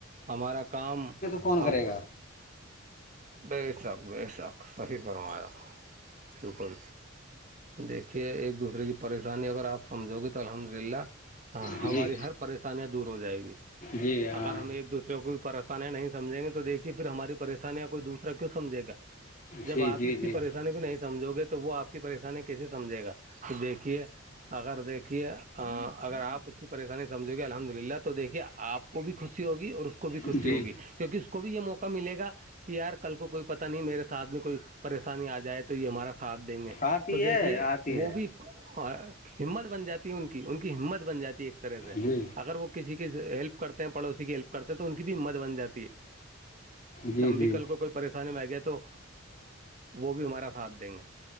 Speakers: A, on the right; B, on the left.
A: ہمارا کام
B: فون
A: ہم
B: کرے گا
A: بے شک بے شک صحیح فرمایا بالکل دیکھیے ایک دوسرے کی پریشانی اگر آپ سمجھو گے تو الحمد للہ
B: جی
A: ہماری ہر پریشانیاں دور ہو جائیں گی
B: جی ہاں
A: اگر ہم ایک دوسرے کو بھی پر نہیں سجھیں گے تو دیکھیے پھر ہماری پریشانیاں کوئی دوسرا کیوں سمجھےگا جب
B: جی
A: آپ
B: جی
A: اس کی
B: جی
A: پریشانی کو نہیں سمجھو گے تو وہ آپ کی پریشانی کیسے سمجھے گا تو دیکھیے اگر دیکھیے اگر آپ اس کی پریشانی سمجھو گے الحمد للہ تو دیکھیے آپ کو بھی خوشی ہوگی اور اس کو بھی خوشی
B: جی
A: ہوگی کیونکہ اس کو بھی یہ موقع ملے گا کہ یار کل کو کوئی پتا نہیں میرے ساتھ میں کوئی پریشانی آ جائے تو تو یہ ہمارا ساتھ دیں گے
B: آتی
A: تو
B: ہے
A: دیکھیے
B: آتی
A: وہ
B: ہے
A: بھی اور ہمت بن جاتی ان کی ان کی ہمت بن جاتی ایک طرح سے
B: جی
A: اگر وہ کسی کی ہیلپ کرتے ہیں پڑوسی کی ہیلپ کرتے ہیں تو ان کی بھی ہمت بناتی ہے
B: جی
A: ہم
B: جی
A: بھی کل کو کوئی پریشانی میں آ گیا تو وہ بھی ہمارا ساتھ دیں گے